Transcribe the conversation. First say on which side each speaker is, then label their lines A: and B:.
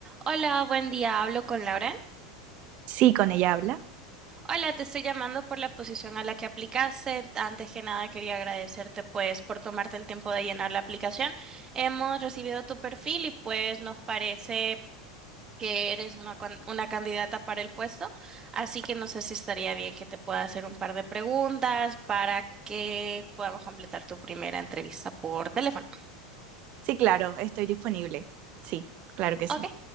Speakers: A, on the right (about 20°); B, on the right (about 45°).
A: Hola, buen día. Hablo con Lauren.
B: Sí, con ella habla.
A: Hola, te estoy llamando por la posición a la que aplicaste. Antes que nada, quería agradecerte pues por tomarte el tiempo de llenar la aplicación. Hemos recibido tu perfil y pues nos parece que eres una, can- una candidata para el puesto, así que no sé si estaría bien que te pueda hacer un par de preguntas para que podamos completar tu primera entrevista por teléfono.
B: Sí, claro, estoy disponible. Sí, claro que
A: ¿Ok?
B: sí.